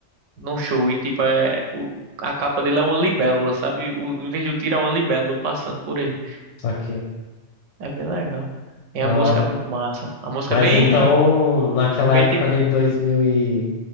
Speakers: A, on the right; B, on the left.
A: Num show. E tipo, é. o- A capa dele é uma libélula, sabe? O... Em vez do tiro, é uma libélula passando por ele.
B: saquei.
A: É bem legal. E
B: Da
A: a música
B: hora.
A: é muito massa. A música
B: Mas
A: é bem.
B: então, naquela
A: Bem
B: época
A: tipo.
B: ali, dois mil e